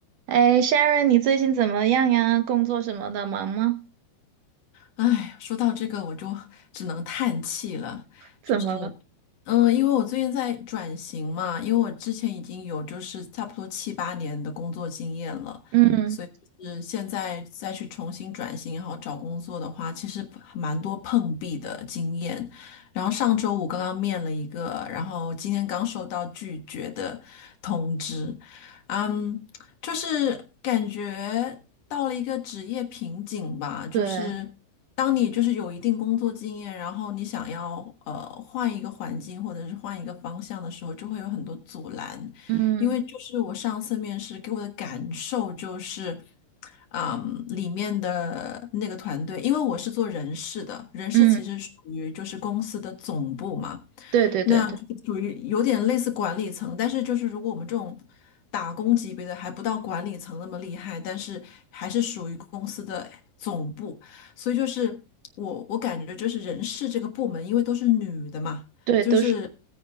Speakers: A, on the right (about 75°); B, on the left (about 70°).
A: 哎，Sharon，你最近怎么样呀？工作什么的，忙吗？
B: 哎，说到这个，我就只能叹气了。
A: 怎么了？
B: 就是，嗯，因为我最近在转型嘛，因为我之前已经有就是差不多七八年的工作经验了，
A: 嗯，
B: 所以就是现在再去重新转型，然后找工作的话，其实蛮多碰壁的经验。然后上周五刚刚面了一个，然后今天刚收到拒绝的通知。嗯就是感觉到了一个职业瓶颈吧，就是当你就是有一定工作经验，
A: 对，
B: 然后你想要呃换一个环境或者是换一个方向的时候，就会有很多阻拦，
A: 嗯
B: 因为就是我上次面试给我的感受就是。嗯，里面的那个团队，因为我是做人事的，人事其实属于就是公司的总部嘛。
A: 嗯，对对对对
B: 那就是属于有点类似管理层，但是就是如果我们这种打工级别的还不到管理层那么厉害，但是还是属于公司的总部，所以就是我我感觉就是人事这个部门，因为都是女的嘛，
A: 对，
B: 就是
A: 都是